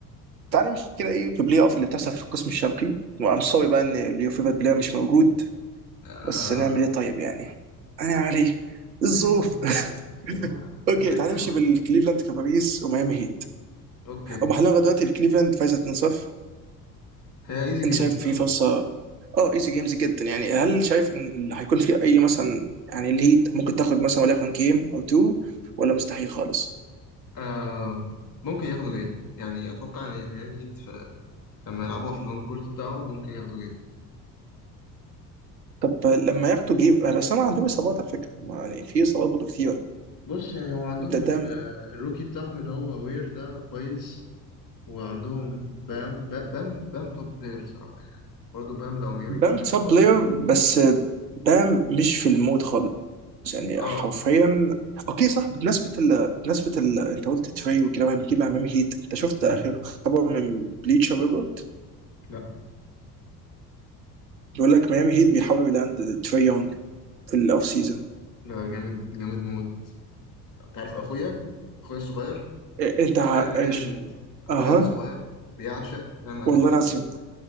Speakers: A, on the right; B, on the left.
A: تعالى نمشي كده ايه في بلاي اوف اللي بتحصل في القسم الشرقي وام سوري بقى ان اليوفيفا بلاير مش موجود
B: آه
A: بس نعمل ايه طيب يعني هنعمل ايه الظروف
B: يعني والله
A: <laughs>
B: شيء هو
A: اوكي
B: لما
A: تعال
B: نتكلم
A: نمشي
B: عليه
A: بالكليفلاند كافاليز وميامي هيت
B: أوكي
A: هم حاليا لغايه دلوقتي الكليفلاند فايزه 2-0
B: هي ايزي جيم
A: انت شايف
B: الصراحة
A: في فرصه اه ايزي جيمز جدا يعني هل شايف ان هيكون في اي مثلا يعني الهيت ممكن تاخد مثلا وليكن جيم او تو ولا مستحيل خالص
B: آه ممكن ياخدوا جيم يعني أتوقع إن اليابانيين في- لما يلعبوا في الهوم كورت بتاعهم ممكن ياخدوا جيم
A: طب لما ياخدوا جيم بس هم عندهم اصابات على فكره ما يعني في اصابات برضه كتيره
B: بص يعني هو عندهم
A: ده
B: ال-
A: ده
B: آه، الروكي بتاعهم اللي هو وير ده كويس وعندهم بام با- بام بام توب بلاير صراحة يعني برضه بام لو ميامي
A: بام
B: مش
A: توب
B: هيظبطه
A: بلاير بس بام مش في المود خالص يعني
B: اه
A: حرفيا اوكي صح بمناسبه ال... بمناسبه ال... انت قلت تري وكده وهنجيب مع ميامي هيت انت شفت
B: مم.
A: اخر خبر من بليتشر ريبورت
B: لا
A: بيقول لك ميامي هيت بيحاولوا يلاند تري يونج في الاوف سيزون
B: لا جامد جامد موت انت عارف اخويا اخويا الصغير
A: إيه، انت ع-
B: فان لميامي
A: إيش-
B: هيت اخويا
A: اها
B: الصغير بيعشق بام اديبايو
A: والله العظيم